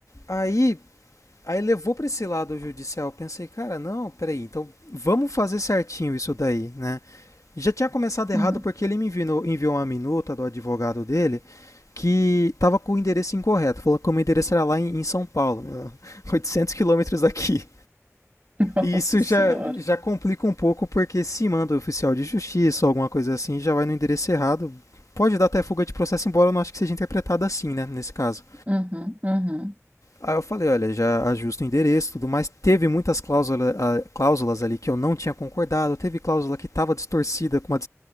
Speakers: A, on the left (about 85°); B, on the right (about 30°).
A: Aí, aí levou pra esse lado judicial. Eu pensei, cara, não, peraí, então vamos fazer certinho isso daí, né? Já tinha começado errado
B: Uhum.
A: porque ele me enviou, enviou uma minuta do advogado dele que tava com o endereço incorreto. Falou que o meu endereço era lá em, em São Paulo, né, <laughs> 800 quilômetros daqui.
B: <laughs>
A: E
B: Nossa
A: isso
B: Senhora.
A: já, já complica um pouco, porque se manda o oficial de justiça ou alguma coisa assim, já vai no endereço errado. Pode dar até fuga de processo, embora eu não acho que seja interpretado assim, né, nesse caso.
B: Uhum, uhum.
A: Aí eu falei, olha, já ajusta o endereço e tudo mais. Teve muitas cláusula, ah, cláusulas ali que eu não tinha concordado, teve cláusula que estava distorcida, com uma,